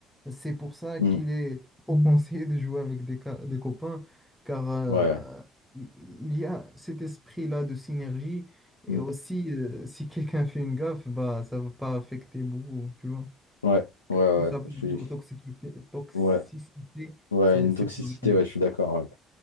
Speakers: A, in the centre; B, on the left.
A: C'est pour ça
B: Mm.
A: qu'il est trop conseillé de jouer avec des, ca- des copains, car euh,
B: Ouais,
A: il il y a cet esprit-là de synergie. Et
B: Mm.
A: aussi, euh, si quelqu'un fait une gaffe, bah, ça va pas affecter beaucoup, tu vois
B: ouais, ouais,
A: qui
B: ouais.
A: s'appelle
B: Je suis...
A: la toxicité, toxicité,
B: Ouais, ouais,
A: c'est
B: une
A: c'est
B: toxicité,
A: pas gagné.
B: ouais, je suis d'accord. ouais.